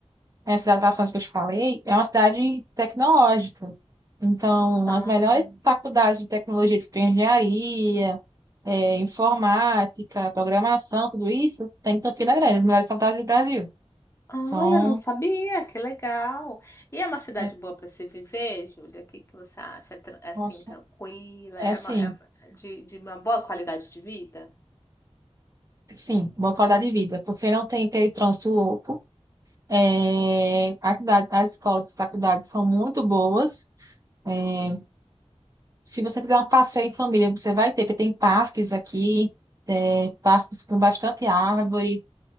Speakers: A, on the right (about 30°); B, on the left (about 25°).
A: essas atrações que eu te falei, é uma cidade tecnológica. Então,
B: Ah,
A: as melhores faculdades de tecnologia, tipo engenharia, é, informática, programação, tudo isso, tem em Campina Grande, as melhores faculdades do Brasil.
B: ah,
A: Então,
B: eu não sabia, que legal. E é uma cidade
A: é,
B: boa para se viver, Júlia? O que que você acha? É, tran- é assim,
A: nossa,
B: tranquila?
A: é
B: É,
A: sim,
B: uma, é de, de uma boa qualidade de vida?
A: sim, boa qualidade de vida, porque não tem aquele trânsito louco É, as, cidade- as escolas e faculdades são muito boas. É, se você quiser um passeio em família, você vai ter, porque tem parques aqui, é, parques com bastante árvore.